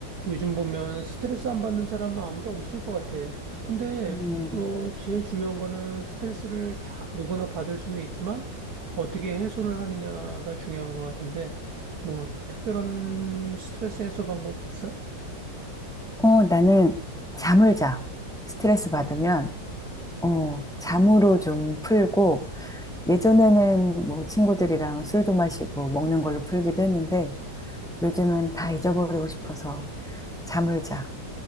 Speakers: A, on the right (about 55°); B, in the centre.
A: 요즘 보면 스트레스 안 받는 사람은 아무도 없을 것 같아. 근데,
B: 음,
A: 어, 제일 중요한 거는 스트레스를 다 누구나 받을 수는 있지만 어떻게 해소를 하느냐가 중요한 것 같은데, 뭐, 특별한 스트레스 해소 방법이 있어?
B: 어, 나는 잠을 자. 스트레스 받으면, 어, 잠으로 좀 풀고, 예전에는 뭐 친구들이랑 술도 마시고 먹는 걸로 풀기도 했는데, 요즘은 다 잊어버리고 싶어서 잠을 자.